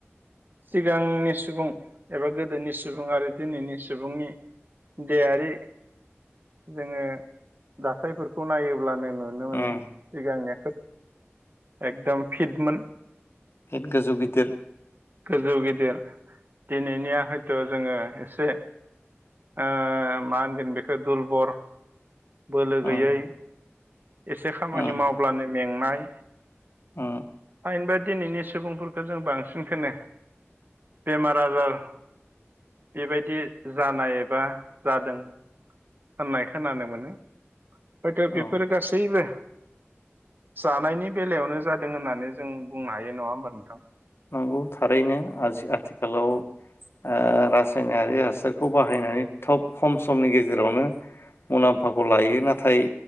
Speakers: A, on the right (about 45°); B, on the left (about 60°).
A: सिगांनि सुबुं एबा गोदोनि सुबुं आरो दिनैनि सुबुंनि देहायारि जोङो दाथायफोरखौ नायोब्लानो नु नुनो मोनो
B: उम
A: सिगांनिया खोब एकदम फिटमोन।
B: फिट गोजौ गिदिर
A: गोजौ गिदिर दिनैनिया हयथ' जोङो एसे से ओ मा होनगोन बेखौ दुरबल बोलो गैयै
B: उम
A: एसे खामानि
B: उम
A: मावब्लानो मेंनाय
B: अ
A: फाइनबो दिनैनि सुबुंफोरखौ जों बांसिनखौनो बेमार आजार बेबायदि जानाय एबा जादों। होननाय खोनानो मोनो हयथ' बेफोर
B: औ
A: गासैबो जानायनि बेलायावनो जादों होननानै जों बुंनो हायो नङा होमबा नोंथां।
B: नोंगौ थारैनो आज आथिखालाव
A: उम
B: ओ रासायनारि हासारखौ बाहायनानै थब खम समनि गेजेरावनो मुलाम्फाखौ लायो नाथाय